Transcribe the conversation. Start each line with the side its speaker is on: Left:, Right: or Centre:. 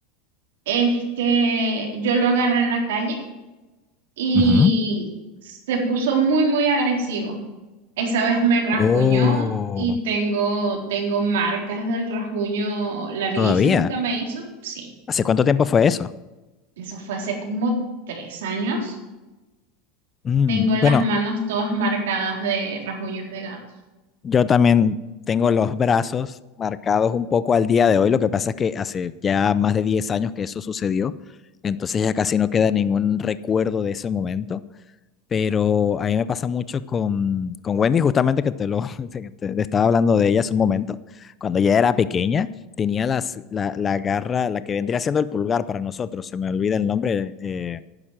Right: es que yo lo agarré en la calle y
Left: Ujú.
Right: se puso muy, muy agresivo. Esa vez me rajuñó
Left: Oh,
Right: y tengo, tengo marcas del rajuño larguísimo
Left: todavía.
Right: que me hizo. Sí,
Left: ¿Hace cuánto tiempo fue eso?
Right: eso fue hace como tres años.
Left: Mm,
Right: Tengo las
Left: bueno,
Right: manos todas marcadas de rajuños de gato.
Left: yo también tengo los brazos marcados un poco al día de hoy. Lo que pasa es que hace ya más de 10 años que eso sucedió. Entonces ya casi no queda ningún recuerdo de ese momento. Pero a mí me pasa mucho con, con Wendy, justamente que te lo <laughs> que te- te estaba hablando de ella hace un momento. Cuando ella era pequeña, tenía las, la, la garra, la que vendría siendo el pulgar para nosotros, se me olvida el nombre eh,